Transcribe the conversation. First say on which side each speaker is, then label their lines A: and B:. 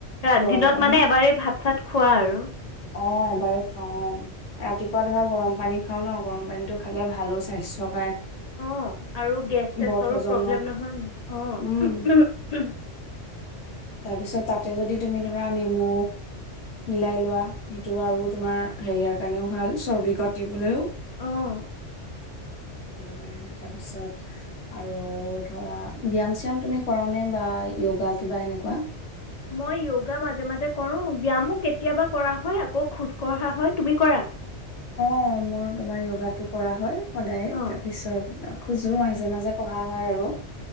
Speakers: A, on the left (about 50°); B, on the left (about 85°).
A: ৰা-দিনত
B: গৰম পানী
A: মানে এবাৰেই ভাত-চাত খোৱা আৰু।
B: অ', এবাৰে খাওঁ। অ', ৰাতিপুৱা ধৰা গৰম পানী খাওঁ ন', গৰম পানীটো খালে ভালো স্বাস্থ্যক
A: অঁ, আৰু গেছ চেচছৰো
B: বদ হজম
A: প্ৰব্লেম নহয় অঁ
B: উম তাৰপিছত তাতে যদি তুমি ধৰা নেমু মিলাই লোৱা। ইটো আৰু তোমাৰ হেৰিয়াৰ কাৰনেও ভাল চবিখত তিবলৈও
A: অঁ
B: সেইটো কাৰণে তাৰপিছত আৰু ধৰা ব্যায়াম চ্যায়াম তুমি কৰা নে বা য়োগা কিবা এনেকুৱা?
A: মই য়োগা মাজে মাজে কৰোঁ ব্যায়ামো কেতিয়াবা কৰা হয় আকৌ খোজ কঢ়া হয় তুমি কৰা?
B: অঁ মোৰ তোমাৰ য়োগাটো কৰা হয় সদায়,
A: অঁ
B: তাৰপিছত খোজো মাজে মাজে কঢ়া হয় আৰু।